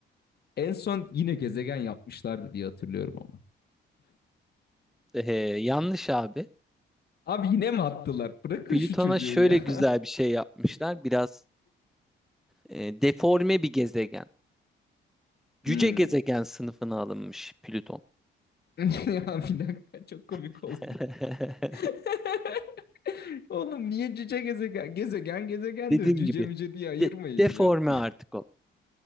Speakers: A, on the left; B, in the centre.
A: en son yine gezegen yapmışlardı diye hatırlıyorum ama.
B: Ee, yanlış abi.
A: Abi yine mi attılar? Bırakın
B: Plüton'a
A: şu çocuğu
B: şöyle
A: ya.
B: güzel
A: <laughs>
B: bir şey yapmışlar. Biraz e, deforme bir gezegen. Cüce
A: Hmm.
B: gezegen sınıfına alınmış Plüton.
A: <laughs> Ya bir dakika çok komik
B: <laughs>
A: oldu. <laughs> Oğlum niye cüce gezegen? Gezegen gezegendir.
B: Dediğim
A: Cüce
B: gibi
A: müce diye ayırmayın
B: de- deforme
A: ya.
B: artık o.